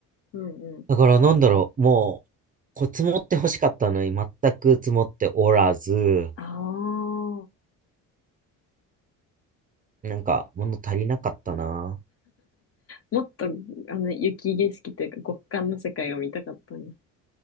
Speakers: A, on the left (about 45°); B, on the right (about 25°).
A: うん、うん。
B: だから、なんだろう、もう、こう、積もって欲しかったのに、全く積もっておらず、
A: ああ、
B: なんか、物足りなかったな。
A: もっと、あの、雪景色というか極寒の世界を見たかったんや。